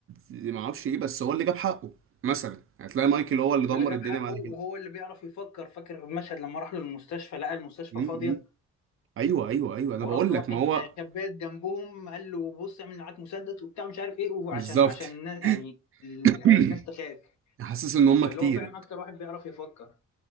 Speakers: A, on the right (about 45°); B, on the left (about 65°).
A: ما اعرفش ايه بس هو اللي جاب حقه مثلا هتلاقي مايكل هو اللي دمر
B: واللي جاب
A: الدنيا
B: حقه
A: بعد
B: وهو
A: كده
B: اللي بيعرف يفكر فاكر المشهد لما راح له المستشفى لقى المستشفى
A: م-
B: فاضيه
A: م. ايوه ايوه ايوه انا
B: وراح
A: بقول
B: له
A: لك
B: واحد
A: ما هو
B: شبات جنبهم قال له بص اعمل معاك مسدس وبتاع مش عارف ايه وعشان
A: بالظبط
B: عشان
A: <coughs>
B: الناس يعني ال-
A: <clears throat>
B: الناس تخاف
A: حاسس ان هم
B: فاللي
A: كتير
B: هو فعلا اكتر واحد بيعرف يفكر